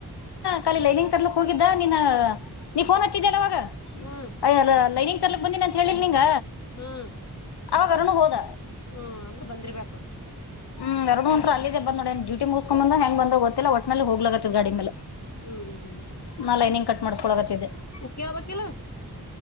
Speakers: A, on the left; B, on the left.
A: ಕಲ ಲೈನಿಂಗ್ ತರ್ಲಿಕ್ ಹೋಗಿದ್ದ ನಿನ್ನ ನೀ ಫೋನ್ ಹಚ್ಚಿದ್ದನ ಅವಾಗ
B: ಹ್ಮ್
A: ಅಯ ಅಲ್ಲ ಲೈನಿಂಗ ತರ್ಕ್ ಬಂದಿ ಅಂತ ಹೇಳಿಲ್ ನಿಂಗ
B: ಹ್ಮ್
A: ಅವಾಗರುಣ ಹೋದ
B: ಹ್ಮ್ ಅಂದ್ರೆ ಬಂದಿರ್ಬೇಕು
A: ಹ್ಮ್ ಎರಡು ಅಂತುರ್ ಅಲ್ಲದೆ ಬ್ೋ ಡೂಟಿ ಮುಗಸ್ಕೊ ಬಂದ ಹ ಹೆಂಗ ಬಂದ ಗೊತ್ತಿಲ್ಲ ಒಟ್ನಲ್ಲಿ ಹೋಗ್ಲತ್ತದ ಗಾಡಿ ಮೇಲೆ
B: ಹ್ಮ್ ಹ್ಮ್
A: ನಾ ಲೈನಿಂಗ್ ಕಟ್ ಮಾಡಸ್ಕೊಳಗತ್ತಿದ್ದೆ
B: ಕ್ಕೆಳ ಬೇಕ ಎಲ್ಲಾ